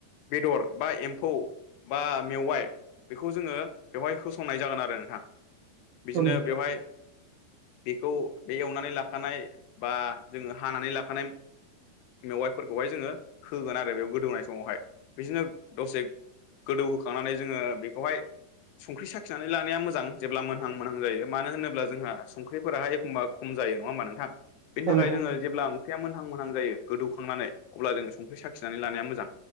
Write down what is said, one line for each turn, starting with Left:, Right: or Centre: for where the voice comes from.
Left: बेदर बा एम्फौ बा मेवाइ बेखौ जोंङो बेवहाय होसंनाय जागोन आरो नोंथां। बिदिनो
Right: एसे
Left: बेवहाय।
Right: औ
Left: बेखौ बे एवनानै लाखानाय बा। जोंङो हानानै लाखानाय मेवाइफोरखौहाय जोंङो होगोन आरो बेयाव गोदौवनाय समावहाय बिदिनो दसे गोदौहोखांनानै जोंङो बेखौहाय संख्रि साखिनानै लानाया मोजां। जेब्ला मोनहां मोनहां जायो मानो होनोब्ला जोंहा संख्रिफोराहाय एखमबा खम जायो। नंङा होमबा नोंथां
Right: औ
Left: बेनि थाखाय
Right: नोंथां
Left: जोंङो जेब्ला संख्रिया मोनहां मोनहां जायो गोदौखांनानै अब्ला जों संख्रि साख्रि सिखिनानै लानाया मोजां